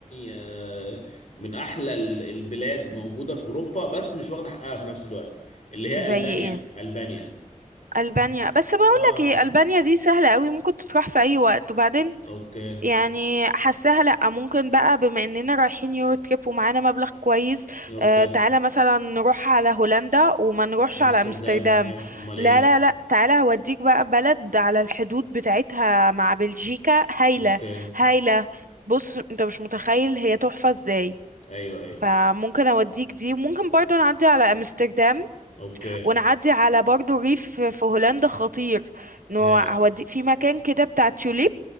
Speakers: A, on the left; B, on the right.
A: أه من احلى ال- البلاد موجوده في اوروبا بس مش واخده حقها في نفس الوقت اللي هي
B: زي
A: البانيا
B: ايه
A: البانيا
B: البانيا بس بقول
A: اه
B: لك ايه البانيا دي سهله قوي ممكن تروح في اي وقت وبعدين
A: اوكي
B: يعني حاساها لأ ممكن بقى بما إننا رايحين يورو تريب ومعانا مبلغ كويس
A: اوكي
B: آه تعالى مثلا نروح على هولندا وما نروحش
A: امستردام
B: على أمستردام
A: ماشي امال
B: لا
A: ايه
B: لا لا تعالى هوديك بقى بلد على الحدود بتاعتها مع بلجيكا هايلة
A: اوكي
B: هايلة بص انت مش متخيل هي تحفة ازاي
A: ايوه ايوه
B: فممكن اوديك دي ممكن برضو نعدي على امستردام
A: اوكي
B: ونعدي على برضو ريف في هولندا خطير انه
A: هايل
B: هودي في مكان كده بتاع توليب